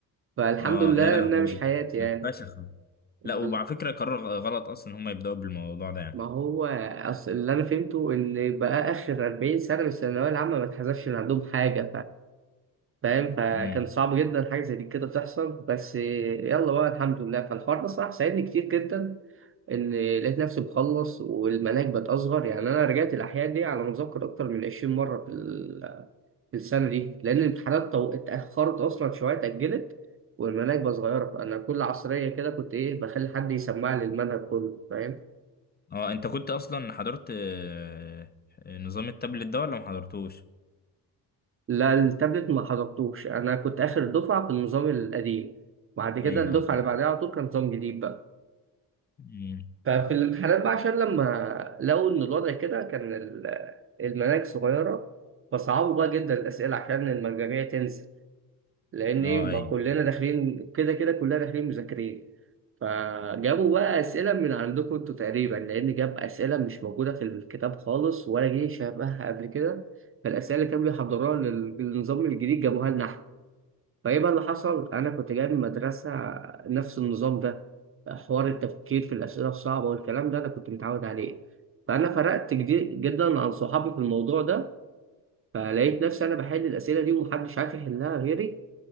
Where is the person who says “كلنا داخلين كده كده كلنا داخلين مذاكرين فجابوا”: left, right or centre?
Right